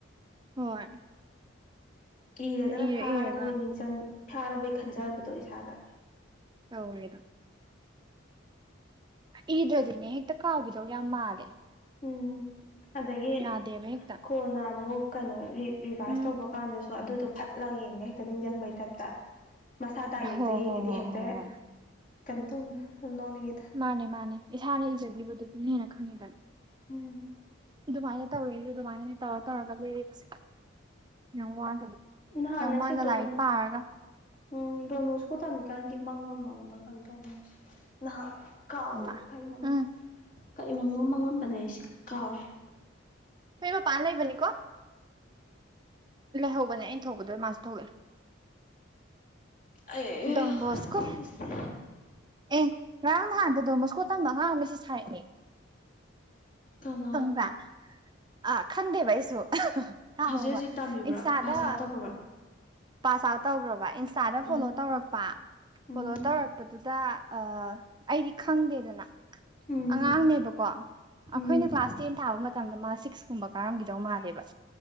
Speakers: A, on the right; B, on the left.
A: ꯍꯣꯏ
B: ꯏꯔꯒꯅ
A: ꯏꯔ
B: ꯐꯥꯔꯕꯣꯏ
A: ꯏꯔꯒ
B: ꯅꯤꯡꯁꯤꯡ ꯐꯥꯔꯕꯣꯏ ꯈꯟꯖꯕꯗꯣ ꯏꯁꯥꯗ
A: ꯇꯧꯔꯦꯗꯣ ꯏꯗ꯭ꯔꯗꯤꯅꯦ ꯍꯦꯛꯇ ꯀꯥꯎꯈꯤꯗꯧ ꯌꯥꯝ ꯃꯥꯜꯂꯦ
B: ꯎꯝ ꯑꯗꯒꯤ
A: ꯌꯥꯗꯦꯕ ꯍꯦꯛꯇ
B: ꯀꯣꯟꯅ ꯑꯃꯨꯛ ꯀꯩꯅꯣꯔꯤ ꯔꯤꯚꯥꯏꯁ
A: ꯎꯝ
B: ꯇꯧꯕ ꯀꯥꯟꯗꯁꯨ ꯑꯗꯨꯗꯣ ꯐꯠꯂꯒ ꯌꯦꯡꯒ ꯍꯦꯛꯇ ꯅꯤꯡꯁꯤꯡꯕꯩ ꯇꯥꯏꯞꯇ ꯃꯁꯥ ꯗꯥꯏꯔꯦꯛꯇꯣ
A: ꯍꯣ
B: ꯌꯦꯡꯉꯗꯤ
A: ꯍꯣ ꯍꯣ
B: ꯍꯦꯛꯇ
A: ꯍꯣ ꯍꯣꯏ
B: ꯀꯩꯅꯣ ꯇꯧ ꯅꯣꯡꯅꯤꯡꯉꯦꯗ
A: ꯃꯥꯅꯦ ꯃꯥꯅꯦ ꯏꯁꯥꯅ ꯏꯖꯒꯤꯕꯗꯨ ꯑꯗꯨꯅ ꯍꯦꯟꯅ ꯈꯪꯉꯤꯗꯅꯤ
B: ꯎꯝ
A: ꯑꯗꯨꯃꯥꯏꯅ ꯇꯧꯋꯦꯑꯩꯁꯨ ꯑꯗꯨꯃꯥꯏꯅꯅꯦ ꯇꯧꯔ ꯇꯧꯔꯒ ꯂꯩꯔꯤꯕꯥꯁꯤ ꯌꯥꯝ ꯋꯥꯗ
B: ꯅꯍꯥꯟ
A: ꯌꯥꯝꯋꯥꯅꯥ
B: ꯑꯩꯁꯦ ꯗꯣꯟ
A: ꯂꯥꯏꯔꯤꯛ ꯄꯥꯔꯒ
B: ꯎꯝ ꯗꯣꯟ ꯕꯣꯁꯀꯣ ꯇꯝꯃꯤꯀꯥꯟꯒꯤ ꯃꯪꯉ ꯑꯝ ꯃꯪꯕ꯭ꯔꯥ ꯀꯩꯅꯣ ꯇꯧꯅꯤ ꯑꯩꯁꯤ ꯅꯍꯥꯛ ꯀꯥꯎꯔꯦ
A: ꯃꯃꯥ
B: ꯀꯩꯃꯪ
A: ꯎꯝ
B: ꯀꯩꯃꯪꯅꯣ ꯃꯪꯉꯝꯕꯅꯦ ꯑꯩꯁꯤ ꯀꯥꯎꯔꯦ
A: ꯍꯣꯏ ꯃꯄꯟ ꯂꯩꯕꯅꯤꯀꯣ ꯂꯩꯍꯧꯕꯅꯦ ꯑꯩꯅ ꯊꯣꯛꯄꯗ ꯃꯥꯁ ꯊꯣꯛꯂꯦ
B: ꯑꯩ
A: ꯗꯣꯡꯕꯣꯁꯀꯣ
B: ꯁꯤꯁꯦ
A: ꯑꯦ ꯉꯔꯥꯡ ꯅꯍꯥꯟꯗ ꯗꯣꯕꯣꯁꯀꯣ ꯇꯝꯕ ꯑꯉꯥꯡ ꯃꯁꯦꯁ ꯍꯥꯏꯔꯛꯑꯦ
B: ꯀꯅꯥ
A: ꯈꯪꯕ꯭ꯔꯥ ꯑꯥ ꯈꯪꯗꯦꯕ ꯑꯩꯁꯨ ꯇꯥꯑꯣꯕꯥ
B: ꯍꯧꯖꯤꯛ ꯍꯧꯖꯤꯛ ꯇꯝꯃꯤꯕ꯭ꯔꯥ
A: ꯏꯟꯁꯇꯥꯗ
B: ꯄꯥꯁ ꯑꯥꯎꯠ ꯇꯧꯈ꯭ꯔꯕ
A: ꯄꯥꯁ ꯑꯥꯎꯠ ꯇꯧꯈ꯭ꯔꯕ ꯏꯟꯁꯇꯥꯗ ꯐꯣꯂꯣ
B: ꯎꯝ
A: ꯇꯧꯔꯛꯄ
B: ꯎꯝ
A: ꯐꯣꯂꯣ ꯇꯧꯔꯛ ꯄꯥꯗꯨꯗ ꯑꯥ ꯑꯩꯗꯤ ꯈꯪꯗꯦꯗꯅ
B: ꯎꯝ
A: ꯑꯉꯥꯡꯅꯦꯕꯀꯣ
B: ꯎꯝ
A: ꯑꯩꯈꯣꯏꯅ ꯀ꯭ꯂꯥꯁ ꯇꯦꯟ ꯊꯥꯕ ꯃꯇꯝꯗ ꯃꯥ ꯁꯤꯛꯁꯀꯨꯝꯕ ꯀꯥꯔꯝꯈꯤꯗꯧ ꯃꯥꯜꯂꯦꯕ